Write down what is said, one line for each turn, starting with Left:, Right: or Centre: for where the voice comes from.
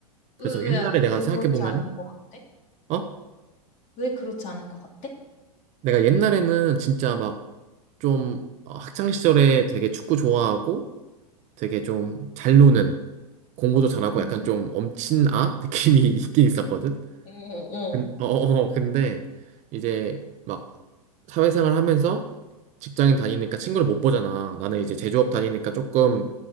Right: 그래서
Left: 왜, 왜,
Right: 옛날에 내가
Left: 왜
Right: 생각해보면은
Left: 그렇지 않은 것 같아?
Right: 어?
Left: 왜 그렇지 않은 것 같아?
Right: 내가 옛날에는 진짜 막 좀 학창 시절에 되게 축구 좋아하고 되게 좀 잘 노는 공부도 잘하고
Left: 응.
Right: 약간 좀 엄친 아 느낌이 <laughs> 있긴 있었거든.
Left: 어, 어.
Right: 근, 어, 어, 어, 근데 이제 막 사회생활 하면서 직장인 다니니까 친구를 못 보잖아. 나는 이제 제조업 다니니까 조금